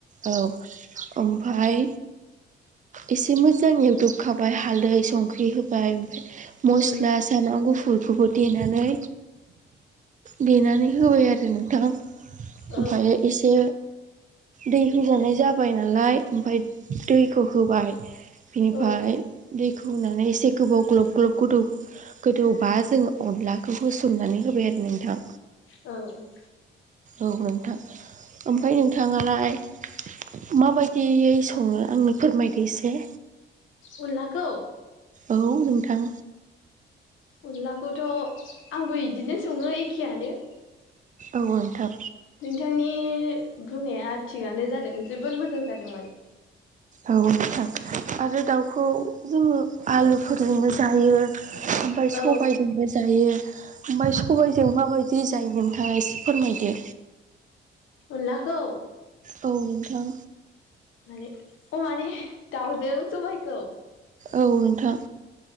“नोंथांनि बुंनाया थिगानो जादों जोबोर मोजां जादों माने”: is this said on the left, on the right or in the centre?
Left